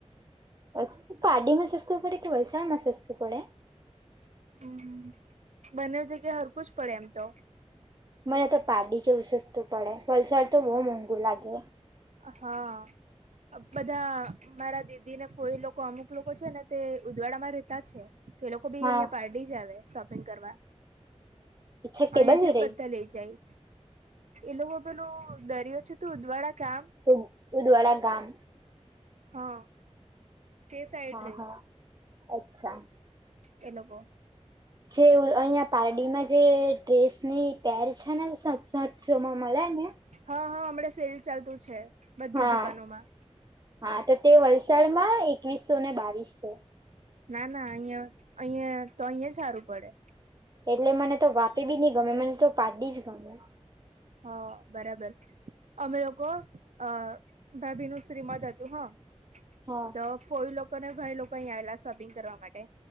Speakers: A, on the right (about 35°); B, on the right (about 80°).
A: <unintelligible> પારડીમાં સસ્તું પડે કે વલસાડમાં સસ્તું પડે?
B: હમ્મ-હમ્મ. બંનેવ જગ્યાએ હરખું જ પડે એમ તો.
A: મને તો પારડી જેવું સસ્તું પડે. વલસાડ તો બહુ મોંઘુ લાગે.
B: હા. અહ બધા મારા દીદી, ને ફોઈ લોકો અમુક લોકો છે ને તે ઉદવાડા માં રહેતા છે. તો એ લોકો બી
A: હા
B: અહિયાં પારડી જ આવે શોપિંગ કરવા.
A: અચ્છા કે
B: અહિયાંથી
A: બાજુ
B: જ
A: રહી
B: બધા લઇ જાય. એ લોકો પેલો દરિયો છે તો ઉદવાડા ગામ-
A: ઓહો! ઉદવારા ગામ.
B: હા. તે સાઈડ
A: હા
B: રે
A: હા અચ્છા.
B: એ લોકો
A: જે અહિયાં પારડીમાં જે ડ્રેસ ની પેર છે ને સાત સાતસોમાં મળે ને
B: હા હા હમણાં સેલ ચાલતું છે બધી
A: હા
B: દુકાનો માં.
A: હા તો તે વલસાડમાં એકવીસસો ને બાવીસસો.
B: ના ના અયા અહિયાં તો અહીંયા જ હારું પડે.
A: એટલે મને તો વાપી બી ની ગમે મને તો પારડી જ ગમે.
B: હા બરાબર. અમે લોકો અ ભાભી નું શ્રીમત હતું હા.
A: હા
B: તો ફોઈ લોકો ને ભાઈ લોકો અહીંયા આવેલા શોપિંગ કરવા માટે.